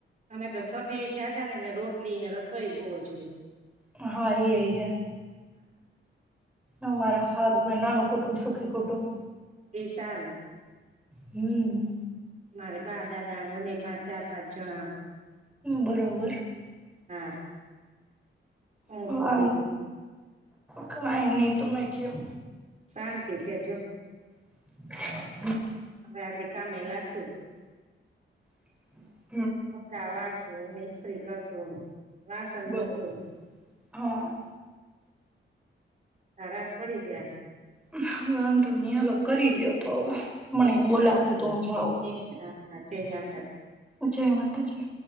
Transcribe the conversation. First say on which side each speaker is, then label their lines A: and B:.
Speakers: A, on the right; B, in the centre.
A: અમે તો સભ્ય જાજાને ને એલે રોટલી ને રસોઈ બો જુવે.
B: હા <unintelligible> અમારા હારું હ નાનું કુટુંબ સુખી કુટુંબ.
A: એ સારું.
B: હમ્મ.
A: મારે બા દાદા અને અમે પાંચ ચાર પાંચ જણા.
B: બરોબર.
A: હા. <unintelligible>
B: આમ
A: બીજો.
B: કઈ ની તમે કયો?
A: શાંતિ છે, જો.
B: <inaudible>
A: હવે આગડી કામે લાગે. <inaudible>
B: <inaudible>
A: કપડા <unintelligible> સો નહી સ્ત્રીકર સોન <unintelligible> વાસણ
B: બરોબર
A: મુકશુ.
B: હા
A: ત રાત પડી જાય.
B: <unintelligible> વાંધો નહી હાલ કરી લ્યો તો હવે મને
A: હે
B: બોલાવે
A: હા હા
B: તો હું જાઉ.
A: એ હા હા જય માતાજી.
B: જય માતાજી.